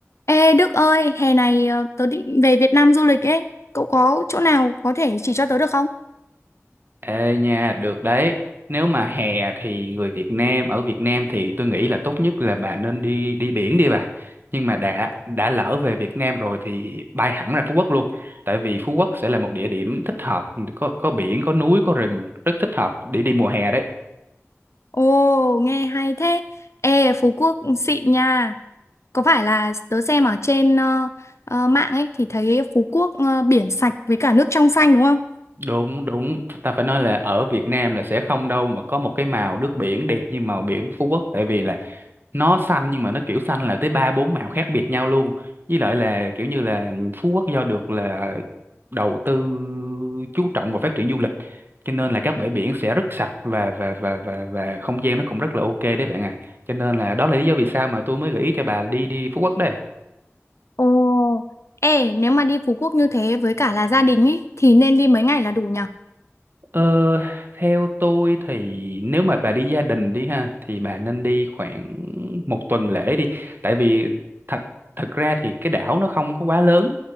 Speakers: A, on the left; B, on the right.
A: Ê Đức ơi, hè này ờ, tớ định về Việt Nam du lịch ấy. Cậu có chỗ nào có thể chỉ cho tớ được không?
B: Ê nha, được đấy. Nếu mà hè thì người Việt Nam ở Việt Nam thì tôi nghĩ là tốt nhất là bà nên đi đi biển đi bà. Nhưng mà đã đã lỡ về Việt Nam rồi thì bay hẳn ra Phú Quốc luôn. Tại vì Phú Quốc sẽ là một địa điểm thích hợp, có có biển, có núi, có rừng, rất thích hợp để đi mùa hè đấy.
A: Ồ, nghe hay thế. Ê, Phú Quốc xịn nha. Có phải là tớ xem ở trên ờ, ờ, mạng ấy thì thấy Phú Quốc ờ, biển sạch với cả nước trong xanh đúng không?
B: Đúng, đúng. Ta phải nói là ở Việt Nam là sẽ không đâu mà có một cái màu nước biển đẹp như màu biển Phú Quốc. Tại vì là nó xanh nhưng mà nó kiểu xanh là tới ba bốn màu khác biệt nhau luôn. Với lại là kiểu như là Phú Quốc do được là đầu tư chú trọng vào phát triển du lịch cho nên là các bãi biển sẽ rất sạch và và và và và không gian nó cũng rất là ok đấy bạn à cho nên là đó là lý do vì sao mà tôi mới gợi ý cho bà đi đi Phú Quốc đây
A: Ồ, ê, nếu mà đi Phú Quốc như thế với cả là gia đình ấy thì nên đi mấy ngày là đủ nhở?
B: ờ, theo tôi thì nếu mà bà đi gia đình đi ha thì bà nên đi khoảng một tuần lễ đi tại vì thật thật ra thì cái đảo nó không có quá lớn